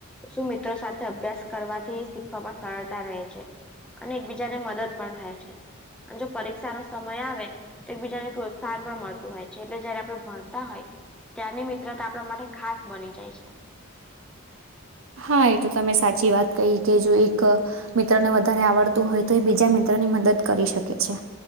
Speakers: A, in the centre; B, on the right.
A: શું મિત્રો સાથે અભ્યાસ કરવાથી શીખવામાં સરળતા રહે છે. અને એકબીજાને મદદ પણ થાય છે, અને જો પરીક્ષા નો સમય આવે, તે બીજાને પ્રો સ્થાન પણ મળતું હોય છે, એટલે જયારે આપડે ભણતા હોય ત્યાંની મિત્રતા આપડા માટે ખાસ બની જાય છે.
B: હા, એ તો તમે સાચી વાત કહી કે જો એક અહ મિત્ર ને વધ ધારે આવડતું હોય તો એ બીજા મિત્રો ની મદદ કરી શકે છે.